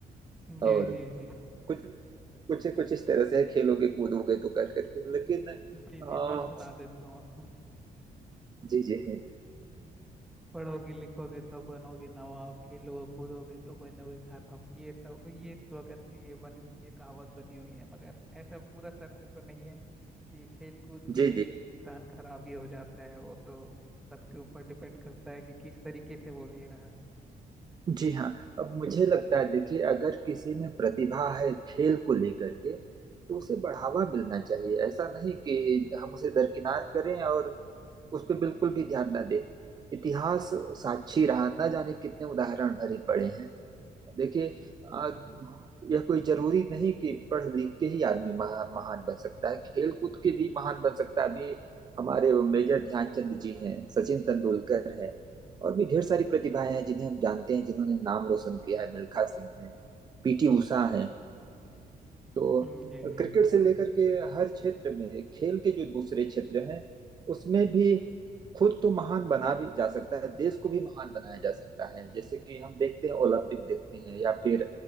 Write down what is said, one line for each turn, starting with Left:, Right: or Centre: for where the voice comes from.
Right: और
Centre: जी जी जी
Right: कुछ कुछ कुछ इस तरह से है, खेलोगे कूदोगे तो कर करके लेकिन
Centre: जी
Right: अ,
Centre: जी मैं सुना देता हूँ उसको
Right: जी जी है
Centre: पढ़ोगे लिखोगे तो बनोगे नवाब खेलोगे कूदोगे तो बनोगे खराब ये सब ये स्लोगन ये बनी हुई है कहावत बनी हुई है मगर ऐसा पूरा सत्य तो नहीं है कि खेल कूद
Right: जी
Centre: के
Right: जी
Centre: इंसान खराब ही हो जाता है वो तो सबके ऊपर डिपेंड करता है कि किस तरीके से वो ले रहा है
Right: जी हाँ अब मुझे लगता है देखिए अगर किसी में प्रतिभा है खेल को लेकर के तो उसे बढ़ावा मिलना चाहिए ऐसा नहीं कि हम उसे दरकिनार करें और उस पर बिल्कुल भी ध्यान ना दें इतिहास साक्षी रहा ना जाने कितने उदाहरण भरे पड़े हैं देखिए आ, यह कोई जरूरी नहीं कि पढ़ लिख के ही आदमी महा, महान बन सकता है खेल कूद के भी महान बन सकता है अभी हमारे वो मेजर ध्यानचंद जी हैं सचिन तेंदुलकर है और भी ढेर सारी प्रतिभाएं हैं जिन्हें हम जानते हैं जिन्होंने नाम रोशन किया है मिल्खा सिंह है पीटी उषा है तो
Centre: हम्म, जी
Right: क्रिकेट
Centre: जी
Right: से लेकर के हर क्षेत्र में खेल के जो दूसरे क्षेत्र हैं उसमें भी खुद तो महान बना भी जा सकता है देश को भी महान बनाया जा सकता है जैसे कि हम देखते हैं ओलंपिक देखते हैं या फिर